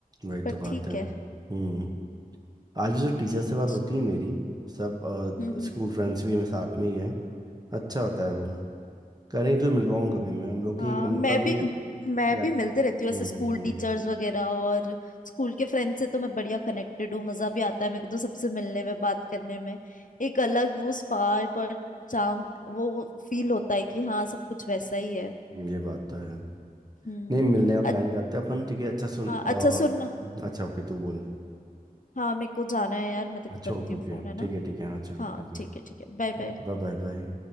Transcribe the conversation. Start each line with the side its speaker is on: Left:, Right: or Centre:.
Right: वही तो
Left: पर
Right: बात
Left: ठीक
Right: है
Left: है
Right: हम्म आज भी जो टीचर से
Left: अच्छा,
Right: बात होती है मेरी सब
Left: हम्म
Right: अ,
Left: हम्म
Right: स्कूल फ्रेंड्स भी मेरे साथ में ही है अच्छा होता है वो करेंगे तो मिलवाऊंगा भी मैं हम लोग की
Left: हाँ
Right: हम
Left: मैं
Right: लोग का भी
Left: भी मैं
Right: या-
Left: भी मिलते रहती हूँ ऐसे
Right: हम्म
Left: स्कूल
Right: हम्म
Left: टीचर्स वगैरह और स्कूल के फ्रेंड्स से तो मैं बढ़िया कनेक्टेड हूँ मजा भी आता है मेरे को तो सबसे मिलने में बात करने में एक अलग वो स्पार्क और चार्म वो फील होता है कि हाँ सब कुछ वैसा ही है
Right: हम्म, ये बात तो है
Left: हम्म
Right: नहीं मिलने का
Left: अच,
Right: प्लान करते हैं अपन ठीक है अच्छा सुन
Left: हाँ अच्छा सुन
Right: अ, अच्छा ओके तू बोल
Left: हाँ मेरे को जाना है यार मैं तेरे
Right: अच्छा
Left: को करती
Right: ओके ओके
Left: हूँ फोन है ना
Right: ठीक है ठीक है हाँ चलो
Left: हाँ
Right: ओके
Left: ठीक है ठीक है बाय बाय
Right: Bye bye bye